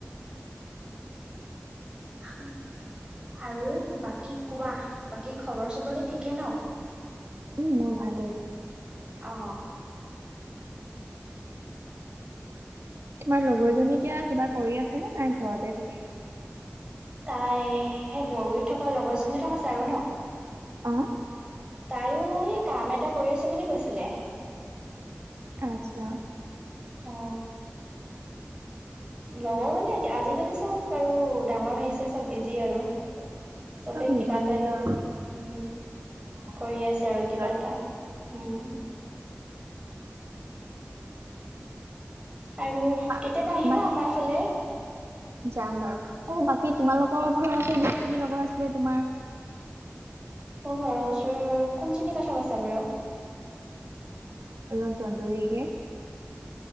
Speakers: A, on the right; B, on the right.
A: <unintelligible> আৰু বাকী কোৱা, বাকী খবৰ চবৰ নি ঠিকে ন?
B: উম, মোৰ ভালেই।
A: অ।
B: তোমাৰ লগৰ জনী এতিয়া কিবা কৰি আছেনে, নাই ঘৰতে থাকে?
A: তাই সেই বৰগুৰিত থকা লগৰজনীৰ কথা কৈছে আৰু ন?
B: অ?
A: তাইও সেই কাম এটা কৰি আছো বুলি কৈছিলে।
B: আচ্ছা।
A: অ। লগৰ মানে এতিয়া আজি-কালি চব আৰু ডাঙৰ হৈ আহিছে, চব বিজি আৰু। চবেই
B: চব নিজৰ
A: কিবা তাগেট,
B: নিজৰ
A: উম।
B: অ
A: কৰি
B: কামত
A: আছে
B: ব্যস্ত
A: আৰু কিবা এটা, উম। আৰু
B: বা
A: কেতিয়াবা আহিবা
B: বাক
A: আমাৰ ফালে।
B: যাম বাৰু। অ, বাকী তোমালোকৰ ঘৰৰ ওচৰৰ যিজনী লগৰ আছিলে তোমাৰ
A: মোৰ ঘৰৰ ওচৰৰ, কোনজনী কথা কৈছা বাৰু?
B: অলপ দন্দুৰিকে।